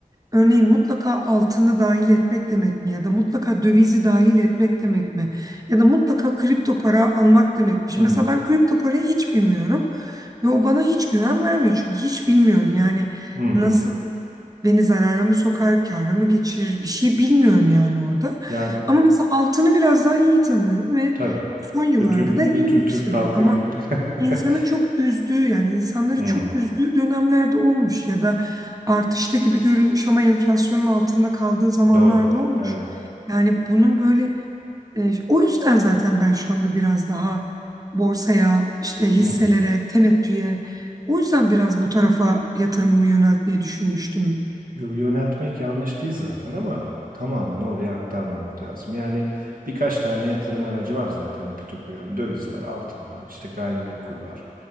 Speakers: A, on the right; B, on the right.
A: örneğin mutlaka altını dahil etmek demek mi? Ya da mutlaka dövizi dahil etmek demek mi? Ya da mutlaka kripto para almak demekmiş.
B: Hı.
A: Mesela ben kripto parayı hiç bilmiyorum ve o bana hiç güven vermiyor çünkü hiç bilmiyorum yani
B: Hı hı.
A: nasıl beni zarara mı sokar, kâra mı geçirir bir şey bilmiyorum yani orada.
B: Yani
A: Ama mesela altını biraz daha iyi tanıyorum ve
B: tabii.
A: son yıllarda
B: Bütün
A: da iyi
B: bütün
A: yükseliyor.
B: Türk halkı
A: Ama
B: gibi. <laughs>
A: insanı çok üzdüğü yani insanları
B: Hı hı.
A: çok üzdüğü dönemlerde olmuş ya da artışta gibi görünmüş ama enflasyonun altında kaldığı zamanlarda
B: Doğru.
A: olmuş.
B: Evet.
A: Yani bunun böyle e, o yüzden zaten ben şu anda biraz daha borsaya, işte hisselere,
B: Hı hı.
A: temettüye o yüzden biraz bu tarafa yatırımımı yöneltmeyi düşünmüştüm.
B: Yo- Yöneltmek yanlış değil zaten ama tamamını oraya aktarmamak lazım. Yani birkaç tane yatırım aracı var zaten epi topu yani döviz var, altın var, işte gayrimenkul var,